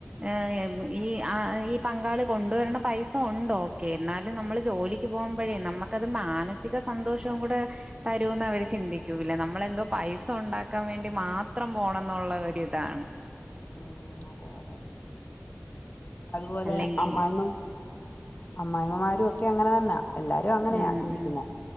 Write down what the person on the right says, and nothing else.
ഏഹ് ഈ ആഹ് ആഹ് ഈ പങ്കാളി കൊണ്ടുവരണ പൈസ ഒണ്ടോ ഓക്കെ എന്നാലും നമ്മള് ജോലിക്ക് പോകുമ്പോഴേ നമ്മക്കത് മാനസിക സന്തോഷവും കൂടെ തരൂന്ന് അവര് ചിന്തിക്കൂല്ല നമ്മളെ ന്തോ പൈസ ഒണ്ടാ ക്കാൻ വേണ്ടി മാത്രം പോണംന്നുള്ള ഒരിതാണ്
അല്ലെങ്കി
ഉം
ഉം